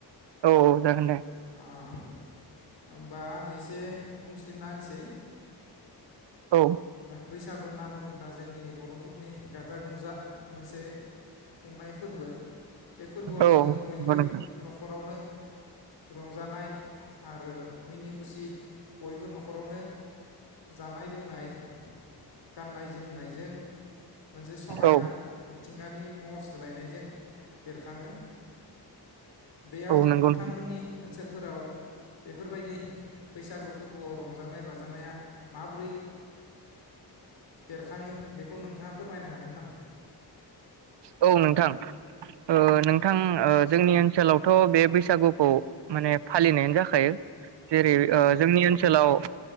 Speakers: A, on the right (about 80°); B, on the left (about 80°).
A: औ औ जागोन दे
B: ओ होमबा आं इसे बुंस्लिबना होनिसै
A: औ
B: बैसागु नाब बुङोब्ला जोंनि बर'फ फुरनि गाजा गोमजा मोनसे खुंनाय फोरबो बे फोरबोआव
A: औ
B: जोङो बयबो
A: नंगौ नोंथां
B: न'खरावनो रंजानाय आरो मिनि खुसि बयबो न'खरावनो जानाय लोंनाय गाननाय जोमनायजों मोनसे समायना
A: औ
B: मिथिंगानि महर सोलायनाय ज बेरखाङो बेयाव
A: औ नंगौ
B: नोंथांमोननि ओनसोलफोराव बेफोरबायदि बैसागु फोरबोआव रंजानाय बाजानाया माबोरै बेरखाङो? बेखौ नोंथाङा फोरमायनो हागोन नामा?
A: औ नोंथां ओ नोंथां ओ जोंनि ओनसोलावथ' बे बैसागु खौ माने फालिनायानो जाखायो जेरै
B: नंगौ
A: जोंनि ओनसोलाव